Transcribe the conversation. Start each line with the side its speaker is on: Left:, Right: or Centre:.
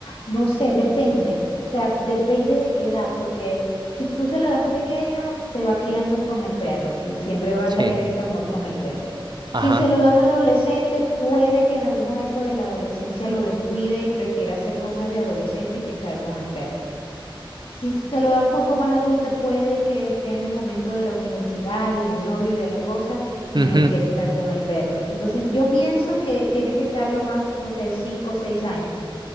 Left: no sé, depende. O sea, depende de qué edad, porque si tú se lo das pequeño, se va criando con el perro y siempre va
Right: Sí.
Left: a tener ese amor con el perro.
Right: Ajá.
Left: Si se lo das adolescente, puede que en algún momento de la adolescencia lo descuide y prefiera hacer cosas de adolescente que estar con el perro. Si se lo da un poco más adulta, puede que esté en el momento de la universidad y del novio y de la cosa y
Right: Ujú,
Left: no quiera estar con el perro. Entonces, yo pienso que tiene que estar lo más, no sé, cinco o seis años